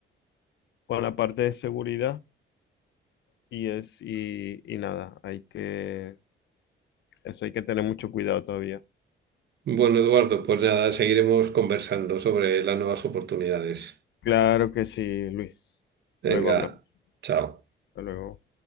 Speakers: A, on the left (about 65°); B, on the right (about 60°).
A: con la parte de seguridad y es y, y nada, hay que eso hay que tener mucho cuidado todavía.
B: Bueno, Eduardo, pues nada, seguiremos conversando sobre las nuevas oportunidades.
A: Claro que sí, Luis.
B: Venga,
A: Luego hablamos.
B: chao.
A: Hasta luego.